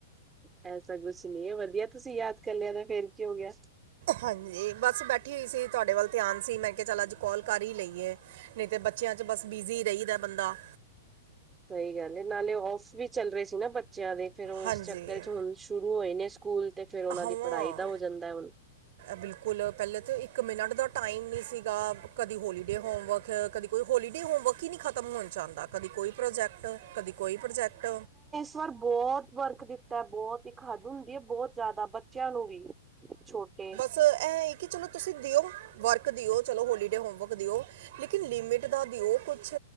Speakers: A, on the right (about 15°); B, on the right (about 50°).
A: ਐਸਾ ਕੁਛ ਨਹੀ ਏ, ਵਧੀਆ ਤੁਸੀਂ ਯਾਦ ਕਰਲਿਆ ਤਾਂ, ਫਿਰ ਕਿ ਹੋਗਿਆ?
B: ਹਾਂਜੀ, ਬਸ ਬੈਠੀ ਹੋਈ ਸੀ, ਤੁਹਾਡੇ ਵੱਲ ਧਿਆਨ ਸੀ। ਮੈਂ ਕਿਹਾ ਚੱਲ, ਅੱਜ ਕੌਲ ਕਰ ਹੀ ਲਈਏ।। ਨਹੀਂ, ਤੇ ਬੱਚਿਆਂ'ਚ ਬਸ ਬਿਜ਼ੀ ਰਹੀਦਾ ਬੰਦਾ।
A: ਸਹੀ ਗੱਲ ਹੈ, ਨਾਲੇ ਔਫ ਵੀ ਚੱਲ ਰਹੇ ਸੀ ਨਾ ਬੱਚਿਆਂ ਦੇ, ਫਿਰ ਉਹ
B: ਹਾਂਜੀ
A: ਇਸ ਚੱਕਰ'ਚ ਹੁਣ ਸ਼ੁਰੂ ਹੋਏ ਨੇ ਸਕੂਲ, ਤੇ ਫਿਰ ਉਹਨਾਂ
B: ਹਾਂ
A: ਦੀ ਪੜ੍ਹਾਈ ਦਾ ਹੋ ਜਾਂਦਾ ਏ, ਹੁਣ।
B: ਬਿਲਕੁਲ। ਪਹਿਲੇ ਤੇ ਇੱਕ ਮਿਨਟ ਦਾ ਟਾਈਮ ਨਹੀਂ ਸੀਗਾ, ਕਦੀ ਹੋਲੀਡੇ ਹੋਮਵਰਕ, ਕਦੀ ਕੋਈ ਹੋਲੀਡੇ ਹੋਮਵਰਕ ਹੀ ਨਹੀਂ ਖਤਮ ਹੋਣ'ਚ ਆਂਦਾ, ਕਦੀ ਕੋਈ ਪ੍ਰੋਜੈਕਟ, ਕਦੀ ਕੋਈ ਪ੍ਰੋਜੈਕਟ
A: ਸ ਵਾਰ ਬਹੁਤ ਵਰਕ ਦਿੱਤਾ, ਬਹੁਤ ਹੀ ਖਾ ਹੁੰਦੀ ਏ ਬਹੁਤ ਜ਼ਿਆਦਾ, ਬੱਚਿਆਂ ਨੂੰ ਵੀ, ਛੋਟੇ‌
B: ਐ ਏ, ਕਿ ਚਲੋ ਤੁਸੀਂ ਦਿਓ, ਵਰਕ ਦਿਓ, ਚਲੋ ਹੋਲੀਡੇ ਹੋਮਵਰਕ ਦਿਓ ਲੇਕਿਨ ਲਿਮੀਟ ਦਾ ਦਿਓ ਕੁਛ,